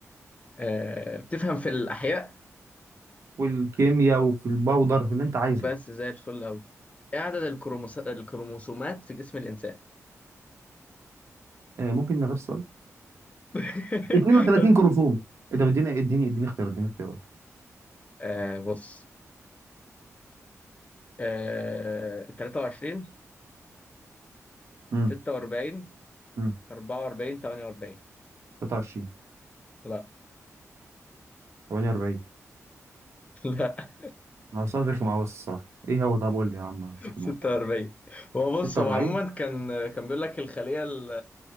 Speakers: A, on the left; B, on the right.
A: آه بتفهم في الاحياء
B: والكيمياء وفي الباودر في اللي انت عايزه
A: بس زي الفل اوي ايه عدد الكروموس... الكروموسومات في جسم الانسان
B: آه ممكن نغير السؤال
A: <laughs>
B: 32 كروموسوم ايه ده اديني اديني اديني اختيارات اديني اختيارات
A: آه بص آه 23
B: امم
A: 46
B: امم
A: 44 48
B: 23
A: لا
B: 48
A: <laughs> لا
B: هو سؤال رخم قوي بس الصراحة ايه هو طب قول لي يا عم مش هاخد
A: 46
B: نقطة يا عم.
A: هو بص
B: 46
A: هو عموما كان كان بيقول لك الخلية ال-